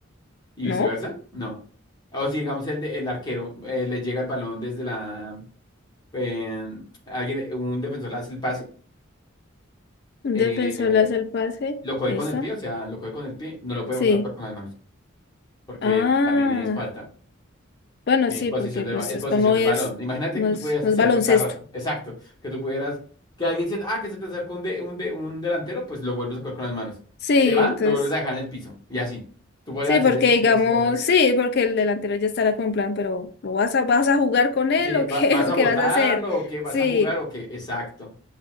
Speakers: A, on the left; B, on the left.
A: y
B: ¿No?
A: viceversa, no. O si, digamos, el, de- el arquero eh, le llega el balón desde la... eh, alguien, un defensor le hace el pase,
B: Un
A: eh,
B: defensor le hace el pase.
A: lo coge
B: ¿Listo?
A: con el pie, o sea, lo coge con el pie, no lo puede
B: Sí.
A: volver a jugar con las manos, porque
B: Ah,
A: también es falta.
B: bueno,
A: Tienes
B: sí,
A: posición
B: porque
A: del,
B: pues
A: ba- es
B: esto
A: posición
B: no
A: del
B: es,
A: balón. Imagínate
B: no
A: que tú
B: es,
A: pudieras
B: no
A: hacer
B: es baloncesto.
A: eso cada rato. Exacto. Que tú pudieras, que alguien se, ah, que se te acerca un, de, un, de, un delantero, pues lo vuelves a coger con las manos.
B: Sí,
A: Se va,
B: entonces,
A: lo vuelves a dejar en el piso. Y así. Tú puedes
B: sí,
A: hacer
B: porque
A: eso si
B: digamos,
A: no existiera esa regla.
B: sí, porque el delantero ya estará con plan, pero ¿lo vas a, vas a jugar con él
A: Sí,
B: o
A: va-
B: qué,
A: ¿vas
B: <laughs> o
A: a
B: qué
A: votarlo
B: vas a hacer?
A: o qué? ¿Vas
B: Sí.
A: a jugar o qué? Exacto.